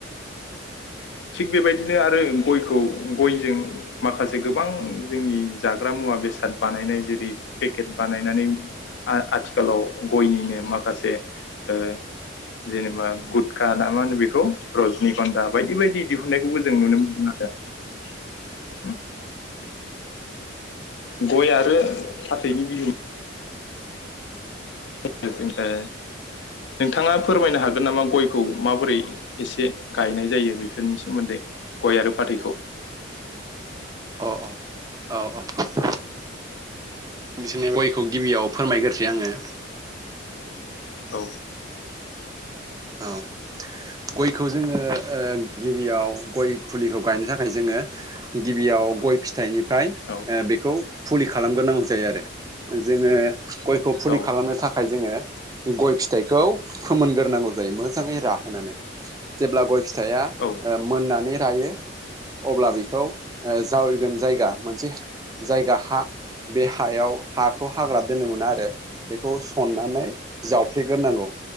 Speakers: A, on the left (about 65°); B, on the right (about 20°).
A: थिग बेबायदिनो आरो गयखौ गयजों माखासे गोबां जोंनि जाग्रा मु मुवा बेसाद बानायनाय जेरै पेकेट बानायनानै आ-आथिखालाव गयनिनो माखासे ओ जेनेबा गुटखा ना मा होनो बेखौ रजनिखनदा बायदि बायदि दिहुननायखौबो जों नुनो मोनो आरो। गय आरो फाथैनि बिहो <unintelligible> जोङो नोंथाङा फोरमायनो हागोन नामा गयखौ माबोरै एसे गायनाय जायो बेफोरनि सोमोन्दै? गय आरो फाथैखौ।
B: अह अह अह अह। <unintelligible> गयखौ गिबियाव फोरमायगोरसै आङो।
A: औ।
B: औ गयखौ जोङो ओ गिबियाव गय फुलिखौ गायनो थाखाय जोङो गिबियाव गय फिथाइनिफ्राय ओ
A: औ
B: बेखौ फुलि खालामगोरनांगौ जायो आरो। जोङो गयखौ फुलि
A: औ
B: खालामनो थाखाय जोङो गय फिथाइखौ फोमोनगोरनांगौ जायो मोजाङै राहोनानै। जेब्ला गय फिथाइया
A: औ
B: मोननानै रायो। अब्ला बेखौ जावैगोन जायगा मोनसे जायगा हा बे हायाव हाखौ हाग्रा दोननो मोना आरो बेखौ सननानै जावफ्लेगोरनांगौ।